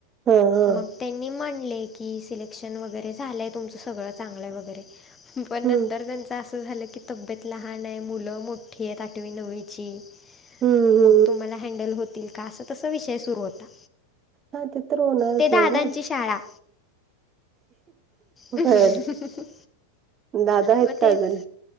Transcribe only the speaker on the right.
हं हं
हम्म
हम्मं हं
हा ते तर होणारच
ना
ग.
बर
दादा आहेत
का
अजून?